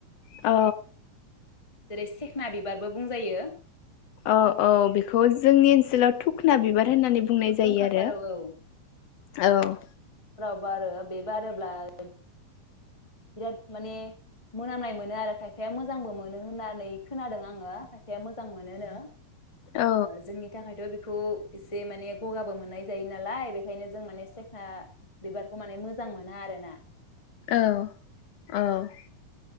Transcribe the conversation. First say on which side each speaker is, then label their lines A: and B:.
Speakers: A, on the left; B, on the left.
A: औ।
B: जेरै सेखना बिबारबो बुंजायो।
A: औ औ बेखौ जोंनि ओनसोलाव थुखना बिबार होननानै बुंनाय
B: बिसोर
A: जायो
B: दंखाथारो
A: आरो
B: औ
A: औ।
B: आरो बे बारोब्ला बिराद माने मोनामनाय मोनो आरो खायफाया मोजांबो मोनो होननानै खोनादों आङो खायफाया मोजां मोनोनो।
A: औ
B: जोंनि थाखायथ' खौ जे माने गगाबो मोननाय जायो नालाय बेखायनो जों माने सेखा बिबारखौ माने मोजां मोना आरो ना।
A: औ औ।